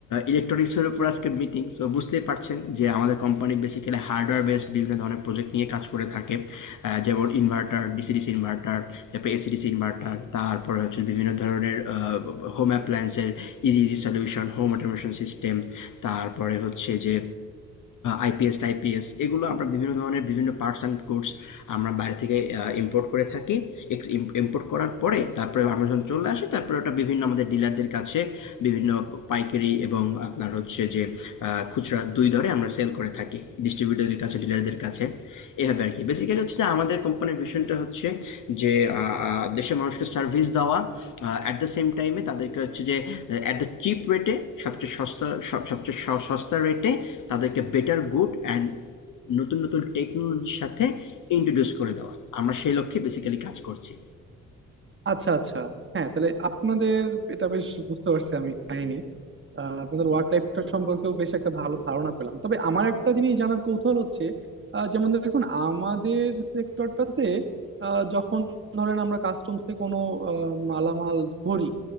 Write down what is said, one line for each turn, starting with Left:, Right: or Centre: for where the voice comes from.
Left: ইলেকট্রনিক্সের উপর আজকে মিটিং সো বুঝতেই পারছেন যে আমাদের কোম্পানি বেসিক্যালি হার্ডওয়্যার বেসড বিভিন্ন ধরনের প্রজেক্ট নিয়ে কাজ করে থাকে আহ, যেমন ইনভার্টার ডিসি ডিসি ইনভার্টার ইনভার্টার তারপরে এসিডিসি ইনভার্টার তারপরে হচ্ছে বিভিন্ন ধরনের হোম অ্যাপ্লায়েন্সের easy easy solution home automation system তারপরে হচ্ছে যে আইপিএস টাইপিএস এগুলো আমরা বিভিন্ন ধরনের বিভিন্ন পার্টস অ্যান্ড গুডস আমরা বাইরে থেকে ইম্পোর্ট করে থাকি ইম্পোর্ট করার পরে তারপরে আমরা যখন চলে আসি তারপরে ওটা বিভিন্ন আমাদের ডিলারদের কাছে বিভিন্ন পাইকারি এবং আপনার হচ্ছে যে আহ, খুচরা দুই দরে আমরা সেল করে থাকি ডিস্ট্রিবিউটরদের কাছে ডিলারদের কাছে এভাবে আর কি বেসিক্যালি হচ্ছে যে আমাদের কোম্পানির ভিশনটা হচ্ছে যে আহ, আহ, দেশের মানুষকে সার্ভিস দেওয়া অ্যাট দ্য সেম টাইমে তাদেরকে হচ্ছে যে অ্যাট দ্য চিপ রেটে সবচেয়ে সস্তা সব- সবচেয়ে স- সস্তা রেটে তাদেরকে বেটার গুড অ্যান্ড নতুন নতুন টেকনোলজির সাথে ইন্ট্রোডিউস করে দেওয়া আমরা সেই লক্ষ্যে বেসিক্যালি কাজ করছি
Right: আচ্ছা আচ্ছা হ্যাঁ তাহলে আপনাদের এটা বেশ বুঝতে পারছি আমি কাহিনী আহ, আপনাদের ওয়ার্ক লাইফটা সম্পর্কেও বেশ একটা ভালো ধারণা পেলাম তবে আমার একটা জিনিস জানার কৌতূহল হচ্ছে আহ, যেমন দেখুন আমাদের সেক্টরটাতে যখন ধরেন আমরা কাস্টমসে কোনো আহ, মালামাল ধরি